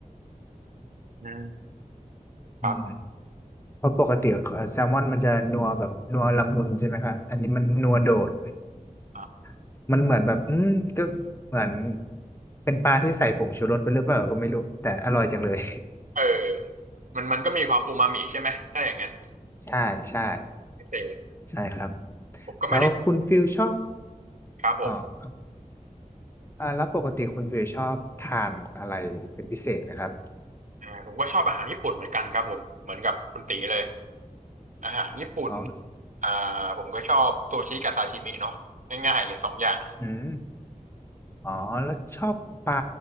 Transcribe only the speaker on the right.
ๆอืมๆครับ
อ่า
เออมันมันก็มีความอูมามิใช่ไหม ถ้าอย่างนั้น
พิเศษ
ผมก็ไม่ได้
ครับผม
อ่าผมก็ชอบอาหารญี่ปุ่นเหมือนกันครับผมเหมือนกับคุณตีเลย อาหารญี่ปุ่น
อ่าผมก็ชอบซูชิกับซาชิมิเนาะง่ายๆเลยสองอย่าง